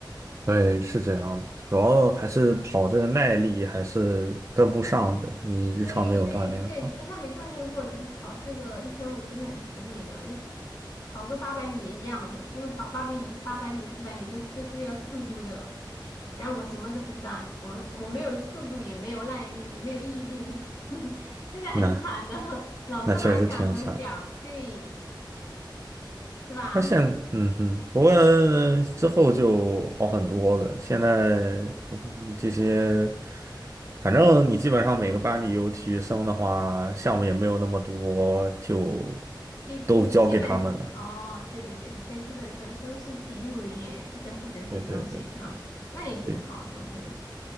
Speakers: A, on the right; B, on the left.
A: 对，是这样的。主要还是跑这个耐力还是跟不上的，
B: <laughs>
A: 你日常没有锻炼的话，
B: 对对，就是你平常没锻炼过，你跑这个一千五真的很吃力的。你跑个八百米也一样的，因为跑八百米、八百米、四百米，这是这是要速度的。然后我什么都不占，我我没有速度，也没有耐力，也没有毅力，<laughs> 真的很惨的。
A: 那
B: 老师还想得奖，
A: 那确实挺惨。
B: 对，是吧？
A: 他现，
B: <laughs>
A: 嗯哼，不过之后就好很多了。现在嗯这些，反正你基本上每个班里有体育生的话，项目也没有那么多，就
B: 对，就基本是哦，
A: 都交给他们了。
B: 对对对，现在基本的都是体育委员在负责这些东西，
A: 对对对
B: 是吧？那也挺好的，
A: 对，
B: 我觉得。